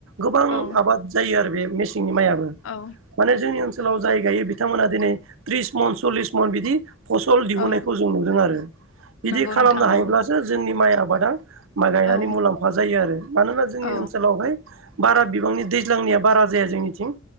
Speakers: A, on the right; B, on the left.
A: गोबां
B: औ
A: आबाद जायो आरो बे मेसेंनि माइ आबो
B: औ
A: माने जोंनि ओनसोलाव जाय गायो बिथांमोनहा दिनै त्रिस मन सल्लिस मन बिदि फसल दिहुननायखौ
B: औ
A: जों नुदों आरो बिदि
B: नंगौ
A: खालामनो
B: नोंथां
A: हायोब्लासो
B: औ
A: जोंनि माइ आबादा माइ गायनानै
B: औ
A: मुलाम्फा जायो आरो मानोना जोंनि
B: औ
A: ओनसोलावहाय बारा बिबांनि दैज्लांनिया बारा जाया जोंनिथिं